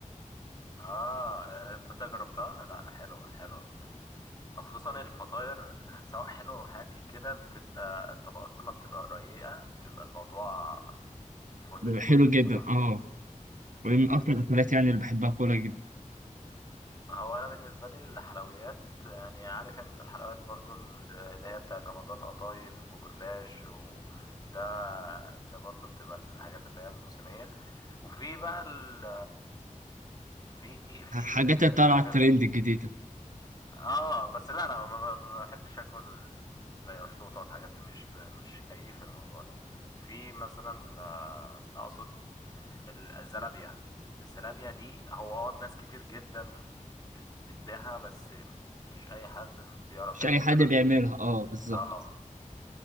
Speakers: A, on the left (about 30°); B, on the right (about 70°).
A: اه آه، تصدق جربتها لا حلوة حلوة خصوصا الفطاير سواء حلو حادق كده بتبقى الطبقات لما بتبقى رقيقة بتبقى الموضوع فل
B: بيبقى
A: الفل
B: حلو جدا
A: بصراحة
B: اه
A: مم.
B: ومن اكتر الاكلات يعني اللي بحبها كولا جدا
A: هو انا بالنسبة لي الحلويات يعني عارف انت الحلويات برضو اللي هي بتاعت رمضان قطايف وجلاش و ده ده برضو بتبقى الحاجات اللي هي الموسمية وفي بقى ال في في
B: حاجات اللي طالعه
A: حاجة
B: ترند جديده
A: اه بس لا انا ما ب- ما بحبش اكل زي اشطوطه والحاجات دي مش مش كيف الموضوع ده في مثلا آه، اقصد ال- الزلابيه الزلابيه دي هو اه ناس كتير جدا بت- بتبيعها بس مش اي حد بيعرف
B: مش
A: يعمل
B: اي حد
A: زلابيه
B: بيعملها اه بالظبط
A: اه